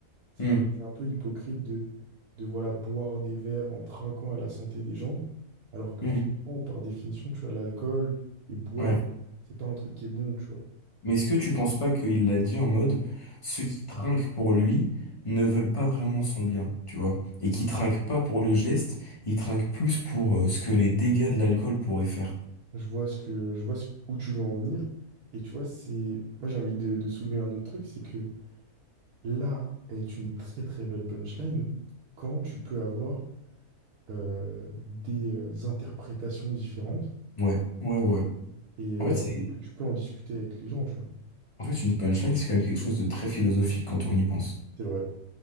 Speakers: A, on the right; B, on the left.
A: C'est
B: Hmm.
A: que c'est un peu hypocrite de, de voilà, boire des verres en trinquant à la santé des gens, alors que
B: Hmm.
A: finalement, par définition, tu as l'alcool et boire,
B: Ouais.
A: c'est pas un truc qui est bon, tu vois.
B: Mais est-ce que tu penses pas qu'il l'a dit en mode ceux qui trinquent pour lui ne veulent pas vraiment son bien, tu vois? Et qui trinquent pas pour le geste, ils trinquent plus pour euh, ce que les dégâts de l'alcool pourraient faire.
A: Je vois ce que, je vois ce- où tu veux en venir. Et tu vois, c'est. Moi, j'ai envie de, de soulever un autre truc, c'est que là est une très très belle punchline quand tu peux avoir euh, des euh, interprétations différentes
B: Ouais, ouais, ouais.
A: et, euh,
B: En fait, c'est,
A: et que tu peux en discuter avec les gens, tu vois.
B: en fait, une punchline, c'est quand même quelque chose de très philosophique quand on y pense.
A: C'est vrai.